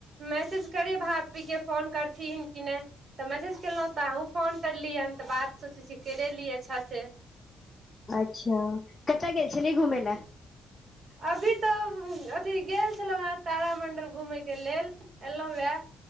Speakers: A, on the right (about 50°); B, on the left (about 20°).
A: मैसेज करिय भाभीे क फोन करथिन कि नाए तऽ मैसेज कयलहुँ तऽ अहूँ फोन करलियै हन तऽ बात सोचै छी कैरेलिए अच्छा स
B: अच्छ कतय गेल छलिय घूमय लए
A: अभी तऽ अथी गेल छलहुँ ह तारामंडल घूमे के लेल एलै वए